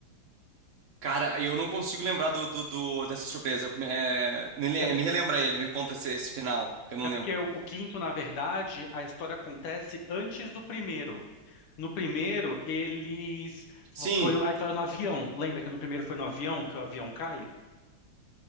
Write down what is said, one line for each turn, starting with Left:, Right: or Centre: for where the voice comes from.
Right: Cara, eu não consigo lembrar do, do- do- dessa surpresa. É, me, le-
Left: É
Right: me relembra ele, me conta esse, esse final, que eu não
Left: É
Right: lembro.
Left: porque o o quinto, na verdade, a história acontece antes do primeiro. No primeiro, eles.
Right: Sim,
Left: fo- Foi a história no avião. Lembra que no primeiro foi no avião que o avião cai?